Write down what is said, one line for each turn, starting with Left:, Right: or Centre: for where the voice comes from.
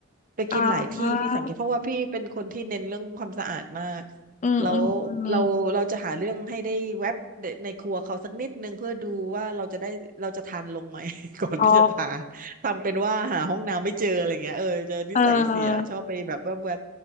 Right: ไปกินหลายที่พี่สังเกตเพราะว่าพี่เป็นคนที่เน้นเรื่องความสะอาดมาก
Left: อ่าอืมอืมอืม
Right: แล้วเราเราจะหาเรื่องให้ได้แวบในในครัวเขาสักนิดนึงเพื่อดูว่าเราจะได้เราจะทานลงไหม <laughs> ก่อนที่จะทาน
Left: อ๋อ
Right: ทำเป็นว่าหาห้องน้ำไม่เจออะไรเงี้ยเออเจอนิสัยเสียชอบไปแบบแวบแวบ
Left: เออ